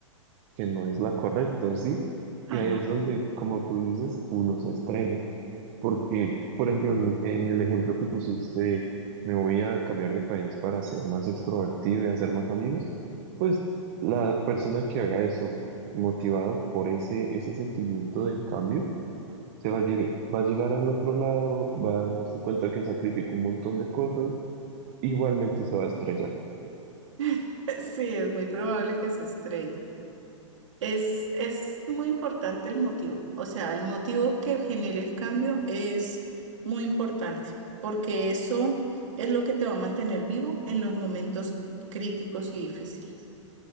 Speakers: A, on the right; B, on the right.
A: que no es la correcta, ¿sí?
B: Ajá.
A: Y ahí es donde, como tú dices, uno se estrella. Porque, por ejemplo, en el ejemplo que pusiste de me voy a cambiar de país para ser más extrovertido y hacer más amigos, pues la persona que haga eso, motivado por ese, ese sentimiento de cambio, se va a, lleg- va a llegar al otro lado, va a darse cuenta que sacrificó un montón de cosas, igualmente se va a estrellar.
B: <laughs> Sí, es muy probable que se estrelle. Es, es muy importante el motivo, o sea, el motivo que genere el cambio es muy importante, porque eso es lo que te va a mantener vivo en los momentos críticos y difíciles,